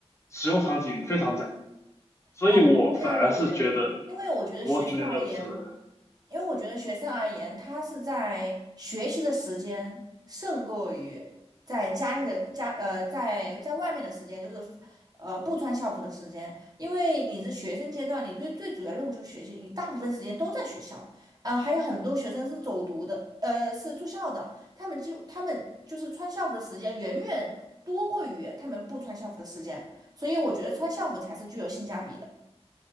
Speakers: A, on the left; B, on the right.
A: 使用场景非常窄。所以我反而是觉得，
B: 哦，我不是这样认为，因为我觉得学生而言，
A: 我觉得是的，
B: 因为我觉得学生而言，他是在学习的时间胜过于在家里的家呃在在外面的时间，就是呃不穿校服的时间，因为你是学生阶段，你最最主要任务就是学习，你大部分时间都在学校，呃，还有很多学生是走读的，呃，是住校的，他们就他们就是穿校服的时间远远多过于他们不穿校服的时间。所以我觉得穿校服才是具有性价比的。